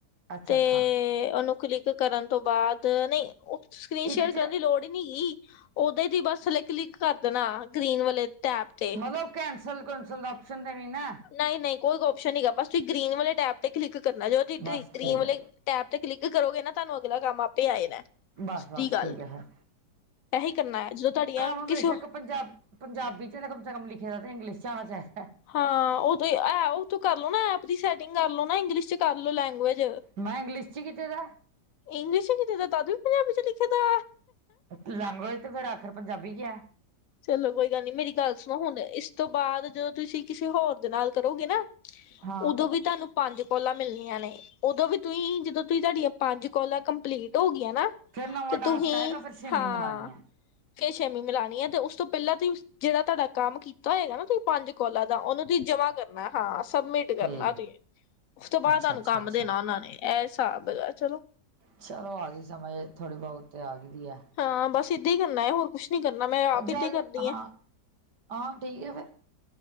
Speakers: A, on the right; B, on the left.
A: ਅੱਛਾ
B: ਤੇ
A: ਅੱਛਾ
B: ਉਹਨੂੰ ਕਲਿੱਕ, ਕਰਨ ਤੋਂ ਬਾਅਦ ਨਹੀਂ ਉਹ ਸਕਰੀਨ
A: ਇਹਦੇ
B: ਸ਼ੇਅਰ
A: 'ਚ
B: ਕਰਨ ਦੀ ਲੋੜ ਹੀ ਨਹੀਂ ਗੀ, ਉਹਦੇ ਦੀ ਬਸ ਥੇ ਕਲਿੱਕ ਕਰ ਦੇਣਾ ਗ੍ਰੀਨ ਵਾਲੇ ਟੈਪ ਤੇ,
A: ਮਤਲਬ ਕੈਂਸਲ ਕਸਲ ਔਪਸ਼ਨ ਦੇਣੀ ਨਾ,
B: ਨਹੀਂ, ਨਹੀਂ, ਕੋਈ ਓਪਸ਼ਨ ਨੀ ਗਾ ਬਸ ਤੁਸੀਂ ਗ੍ਰੀਨ ਵਾਲੇ ਟੈਬ ਤੇ ਕਲਿੱਕ ਕਰਨਾ ਜੋ ਤੁਸੀਂ
A: ਬਸ
B: ਗ੍ਰਨ
A: ਠੀਕ
B: ਵਾਲੇ,
A: ਹੈ
B: ਟੈਪ ਤੇ ਕਲਿੱਕ ਕਰੋਗੇ ਨਾ ਤੁਹਾਨੂੰ ਅਗਲਾ ਕੰਮ ਆਪੇ ਆ ਜਾਣਾ।
A: ਬਸ
B: ਸਿੱਧੀ
A: ਬਸ
B: ਗੱਲ,
A: ਠੀਕ ਹੈ ਫਿਰ
B: ਇਹੀ ਕਰਨਾ ਹੈ ਜਦੋਂ ਤੁਹਾਡੀਆਂ
A: ਕੰਮ
B: ਕਿਸੇ
A: ਬੇਸ਼ੱਕ ਪੰਜਾਬ ਪੰਜਾਬੀ ਚ ਕਮ ਸੇ ਕਮ ਲਿਖੇ ਦਾ ਤੇ ਇੰਗਲਿਸ਼ ਚ ਆਣਾ ਚਾਹੀਦਾ,
B: ਹਾਂ ਉਹ ਤੇ ਐ ਉਹ ਤੋ ਕਰ ਲੋ ਨਾ ਐਪ ਦੀ ਸੈਟਿੰਗ ਕਰ ਲੋ ਨਾ ਇੰਗਲਿਸ਼ ਚ, ਕਰਲੋ ਲੈਂਗੁਏਜ,
A: ਮੈਂ ਇੰਗਲਿਸ਼ 'ਚ ਕੀਤੇ ਦਾ
B: ਇੰਗਲਿਸ਼ ਹੀ ਨਹੀਂ ਦੇਤਾ ਤਦ ਵੀ ਪੰਜਾਬੀ ਚ ਲਿਖੇ ਦਾ,
A: ਲੈਂਗੁਏਜ ਤੇ ਫੇਰ ਆਖਰ ਪੰਜਾਬੀ ਚ ਆ,
B: ਚਲੋ ਕੋਈ ਗੱਲ ਨਹੀਂ ਮੇਰੀ ਗੱਲ ਸੁਣੋ ਹੁਣ ਇਸ ਤੋਂ ਬਾਅਦ ਜਦੋਂ ਤੁਸੀਂ ਕਿਸੇ ਹੋਰ ਦੇ ਨਾਲ ਕਰੋਗੇ ਨਾ,
A: ਹਾਂ
B: ਉਦੋਂ ਵੀ ਤੁਹਾਨੂੰ, ਪੰਜ ਕੋਲਾਂ ਮਿਲਣੀਆਂ ਨੇ ਉਦੋਂ ਵੀ ਤੁਸੀਂ ਜਦੋਂ ਤੁਸੀਂ ਤੁਹਾਡੀਆਂ ਪੰਜ ਕੋਲਾਂ ਕੰਪਲੀਟ ਹੋ ਗਈਆਂ ਨਾ,
A: ਫਿਰ ਨਵਾਂ
B: ਤੇ
A: ਟਾਸਕ
B: ਤੁਹੀਂ,
A: ਆਏਗਾ ਫਿਰ ਛੇਵੀਂ
B: ਹਾਂ।
A: ਮਿਲਾਣੀ ਹੈ
B: ਕੇ ਛਵੀਂ ਮਿਲਾਉਣੀ ਹੈ ਤੇ ਉਸ ਤੋਂ ਪਹਿਲਾਂ ਤੁਸੀਂ ਜਿਹੜਾ ਤੁਹਾਡਾ ਕੰਮ ਕੀਤਾ ਹੈਗਾ ਨਾ ਤੁਸੀਂ ਪੰਜ, ਕੋਲਾ ਦਾ ਉਹਨੂੰ ਤੁਹੀਂ ਜਮਾ ਕਰਨਾ ਹਾਂ, ਸਬਮਿਟ ਕਰਨਾ
A: ਠੀਕ
B: ਤੁਹੀਂ। ਉਸ ਤੋਂ ਬਾਅਦ
A: ਅੱਛਾ
B: ਤੁਹਾਨੂੰ
A: ਅੱਛਾ
B: ਕੰਮ
A: ਅੱਛਾ
B: ਦੇਣਾ ਉਹਨਾਂ ਨੇ ਇਹ ਹਿਸਾਬ ਚਲੋ
A: ਚਲੋ ਆ ਗਈ ਸਮਝ ਥੋੜੀ ਬਹੁਤ ਤੇ ਆ ਗਈ ਹੈ।
B: ਹਾਂ, ਬਸ ਏਦਾਂ ਹੀ ਕਰਨਾ ਹੈ ਹੋਰ ਕੁਛ ਨੀ ਕਰਨਾ ਮੈਂ ਆਪ
A: ਜਲ
B: ਏਦਾਂ ਹੀ ਕਰਦੀ
A: ਹਾਂ
B: ਆ।
A: ਹਾਂ, ਠੀਕ ਆ ਫੇਰ,